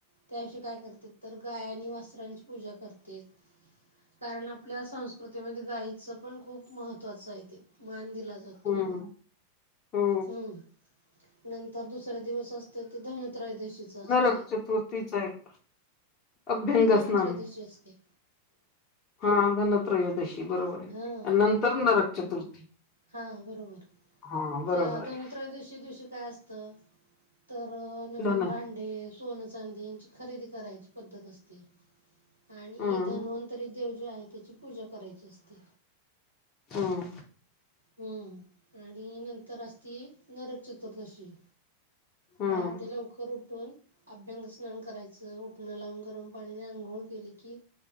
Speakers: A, on the right; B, on the left.
A: त्यादिवशी काय करतात तर गायआनी वासरांची पूजा करतेत. कारण आपल्या संस्कृतीमध्ये गाईचं पण खूप महत्त्वाचं आहेे ते. मान दे ला गतो
B: हम्म हो
A: हम्. नंतर दुसरा दिवस असतो, ते धन त्रयदशीचा असतोय.
B: नरक चतुर्थीचा एक अभ्यंग
A: धनत्रयोदशी
B: स्नान
A: असते.
B: हा धन -त्रयोदशी बरोबर आहे.
A: हा
B: आणि नंतर नरक चतुर्थी.
A: हा बरोबर
B: हा बरोबर
A: त्या धनत्रयोदशी
B: आहे
A: च्या दिवशी काय असतं तर नविन
B: धन
A: भांडे, सोनं, चांदी याची खरेदी करायची पद्धत असते.. आणि'
B: हम्म
A: धन्वंतरी देव' जे आहे त्याची पूजा करायची असते.
B: हम.
A: हम्म आणि नंतर असती' नरक चतुर्दशी'
B: हम्म
A: पहाटे लवकर उठून अभ्यंग स्नान करायच, उठनं लावून गरम पाण्याने आंघोळ केले की